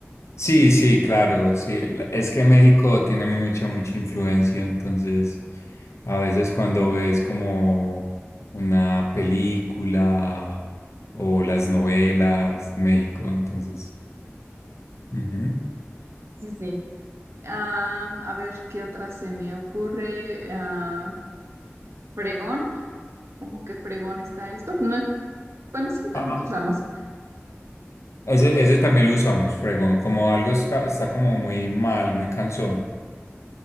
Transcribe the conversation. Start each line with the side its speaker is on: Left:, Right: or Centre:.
Left: Sí, sí, claro, sí. La- Es que México tiene mucha, mucha influencia, entonces a veces cuando ves como una película o las novelas de México, entonces... ujú.
Right: Sí, sí. Am, a ver qué otra se me ocurre. Ah, fregón, ¿cómo que fregón está esto? No es- bueno, sí, también
Left: Ah.
Right: lo usamos.
Left: Ese, ese también lo usamos, fregón, como algo esca- está como muy mal, muy cansón.